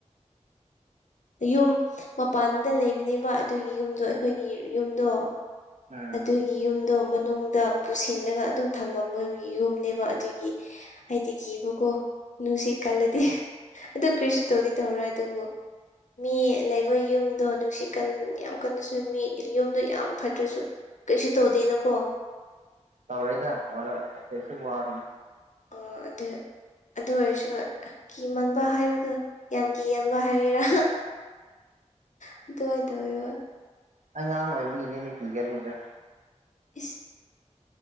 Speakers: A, on the left; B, on the right.
A: ꯌꯨꯝ ꯃꯄꯥꯟꯗ ꯂꯩꯕꯅꯦꯕ ꯑꯗꯨꯒꯤ ꯌꯨꯝꯗꯣ ꯑꯩꯈꯣꯏꯒꯤ ꯌꯨꯝꯗꯣ
B: ꯎꯝ
A: ꯑꯗꯨ ꯒꯤ ꯌꯨꯝꯗꯣ ꯃꯅꯨꯡꯗ ꯄꯨꯁꯤꯜꯂꯒ ꯑꯗꯨꯝ ꯊꯝꯃꯝꯕꯒꯤ ꯌꯨꯝꯅꯦꯕ ꯑꯗꯨꯒꯤ ꯑꯩꯗꯤ ꯀꯤꯕꯀꯣ ꯅꯨꯡꯁꯤ ꯀꯜꯂꯗꯤ ꯑꯗꯨ ꯀ꯭ꯔꯤꯁꯨ ꯇꯧꯗꯤ ꯇꯧꯔꯣꯏ ꯑꯗꯨꯕꯨ ꯃꯤ ꯂꯩꯕ ꯌꯨꯝꯗꯣ ꯅꯨꯡꯁꯤꯀꯜ ꯌꯥꯝ ꯀꯟꯅꯁꯨ ꯃꯤ ꯌꯨꯝꯗꯣ ꯌꯥꯝ ꯐꯠꯇ꯭ꯔꯁꯨ ꯀꯩꯁꯨ ꯇꯧꯗꯦꯅꯀꯣ
B: ꯇꯧꯔꯦꯗ ꯍ ꯀꯩꯁꯨ ꯋꯥꯒꯅ
A: ꯑꯣ ꯑꯗꯨ ꯑꯗꯨ ꯑꯣꯏꯔꯁꯨ ꯀꯤꯃꯟꯕ ꯍꯥꯏꯕꯗꯣ ꯌꯥꯝ ꯀꯤꯍꯟꯕ ꯍꯥꯏꯒꯦꯔꯥ ꯑ ꯑꯗꯨ ꯍꯣꯏꯗ ꯑꯣꯏ
B: ꯑꯉꯥꯡ ꯑꯣꯏꯕꯒꯤꯅꯤꯅꯦ ꯀꯤ ꯒꯜꯂꯤꯗꯣ
A: ꯏꯁ